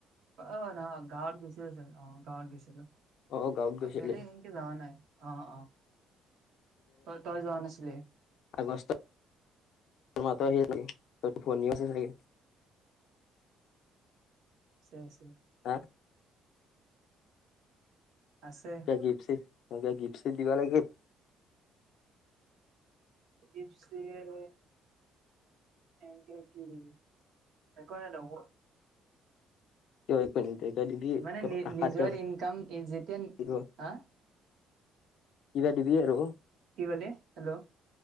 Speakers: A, on the right; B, on the left.
A: অ নহয় গাঁৱত গৈছিলোঁ অ গাঁৱত গৈছিলোঁ।
B: অ', গাঁৱত গৈছিলি
A: বেলেগ সেনকে যাৱা নাই। অ' অ' তই যোৱা নাছিলি?
B: আগষ্টত তোৰ মাতো আহি আ চাগি তইত ফনি আছে চাগে।
A: আছে আছে।
B: হা
A: আছে।
B: ক গিফ চিফ গিফ চিফ দিবা লাগিল।
A: গিফ চিফ এনেকে কি দিবি একো নেদিও।
B: কিয় একো নিদি
A: মানে
B: তেওঁ
A: নি
B: আশাত
A: নিজৰ
B: থাকিব
A: ইনকাম যেতিয়া হা
B: কিবা দিবি আৰু?
A: কি কলি হেল্ল'